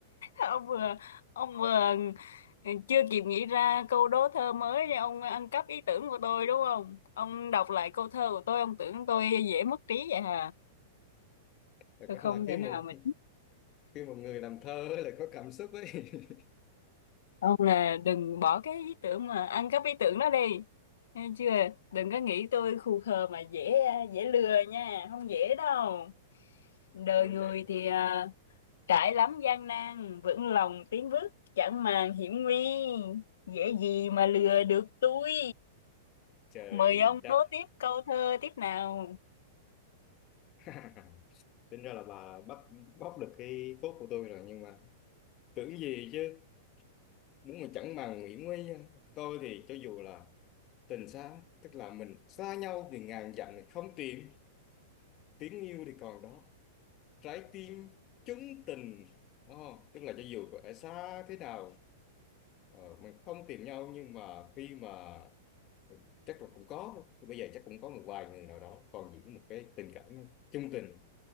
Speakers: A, on the left; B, on the left.
A: ông vừa ông vừa ừ, chưa kịp nghĩ ra câu đố thơ mới ông ăn cắp ý tưởng của tôi đúng không ông đọc lại câu thơ của tôi ông tưởng tôi dễ mất trí vậy hả
B: Thật
A: tôi không
B: ra là khi
A: thể
B: một
A: nào mà
B: khi một người làm thơ ấy là có cảm xúc ấy <laughs>
A: Ông là đừng bỏ cái ý tưởng mà ăn cắp ý tưởng đó đi. Nghe chưa? Đừng có nghĩ tôi khù khờ mà dễ dễ lừa nha, không dễ đâu. Đời
B: thôi
A: người
B: vậy
A: thì à, trải lắm gian nan, vững lòng tiến bước, chẳng màng hiểm nguy. Dễ gì mà lừa được tôi.
B: trời
A: Mời ông
B: đất
A: đố tiếp câu thơ tiếp nào.
B: <laughs> tính ra là bà bắt bóc được cái phốt của tôi rồi nhưng mà tưởng gì chứ Đúng là chẳng màng Nguyễn Nguy tôi thì cho dù là tình xa tức là mình xa nhau thì ngàn dặm thì không tìm tiếng yêu thì còn đó trái tim chứng tình oh, tức là cho dù ở xa thế nào ờ, mình không tìm nhau nhưng mà khi mà ừ, chắc là cũng có bây giờ chắc cũng có một vài người nào đó còn giữ một cái tình cảm chung tình